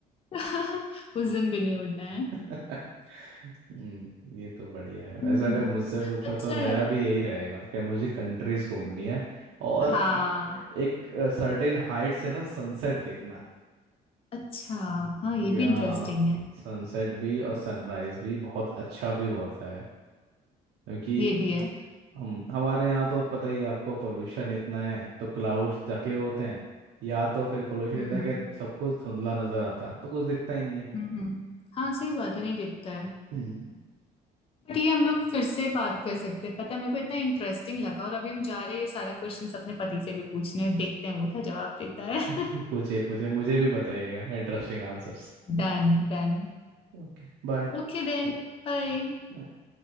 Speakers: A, on the left; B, on the right.
A: <laughs> उस दिन भी नहीं उड़ना है
B: <laughs> हम्म ये तो बढ़िया है
A: हम्म
B: वैसे अगर मुझसे पूछो
A: अच्छा
B: तो मेरा
A: है
B: भी यही रहेगा कि मुझे कंट्रीज घूमनी है और
A: हाँ
B: ह- एक सर्टेन हाइट से ना सनसेट देखना
A: अच्छा हाँ ये
B: क्योंकि
A: भी
B: हाँ
A: इंटरेस्टिंग है
B: सनसेट भी और सनराइज भी बहुत अच्छा व्यू होता है क्योंकि
A: ये भी है
B: हम हमारे यहाँ तो पता ही है आपको पोल्यूशन इतना है तो क्लाउड्स ढके होते हैं या तो फिर पोल्यूशन
A: हम्म
B: इतना कि सब कुछ धुंधला नजर आता तो कुछ दिखता ही नहीं है
A: हम्म हम्म। हाँ सही बात है नहीं दिखता है
B: हम्म।
A: बट ये हम लोग फिर से बात कर सकते हैं पता है, मेरे को इतना इंटरेस्टिंग लगा और अभी हम जा रहे हैं ये सारा क्वेश्चंस अपने पति से भी पूछने और देखते हैं वो क्या जवाब देता है
B: <laughs>
A: <laughs>
B: पूछिए पूछिए मुझे भी बताइएगा interesting answers
A: done done
B: Okay bye
A: Okay then bye
B: Nice